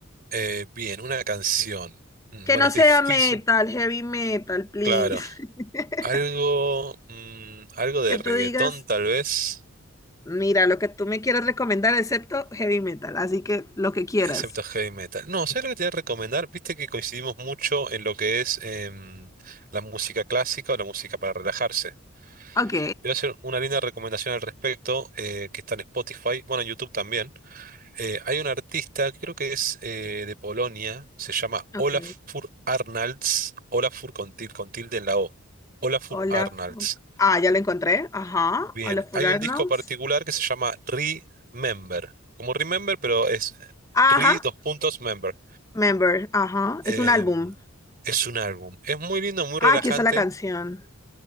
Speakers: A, on the right; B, on the left.
A: Eh, bien, una canción. Mm,
B: Que
A: Bueno,
B: no
A: es
B: sea
A: difícil.
B: metal, heavy metal, please.
A: Claro.
B: <laughs>
A: Algo, mm, algo de
B: Que
A: reggaetón
B: tú digas,
A: tal vez,
B: mira, lo que tú me quieras recomendar, excepto heavy metal, así que lo que quieras.
A: excepto heavy metal. No, ¿sabes lo que te voy a recomendar? Viste que coincidimos mucho en lo que es em, la música clásica o la música para relajarse.
B: Ok,
A: Te voy a hacer una linda recomendación al respecto eh, que está en Spotify, bueno, en YouTube también. Eh, hay un artista, creo que es eh, de Polonia, se llama Olafur
B: ok.
A: Arnalds, Olafur con til- con tilde en la O. Olafur
B: Hola.
A: Arnalds.
B: Fu- Ah, ya la encontré. Ajá.
A: Bien,
B: Hola,
A: hay
B: Arnolds.
A: un disco particular que se llama Remember, como Remember, pero es
B: Ajá,
A: Re dos puntos Member.
B: Remember, ajá,
A: Eh,
B: es un álbum.
A: es un álbum, es muy lindo, muy
B: Ah,
A: relajante.
B: aquí está la canción.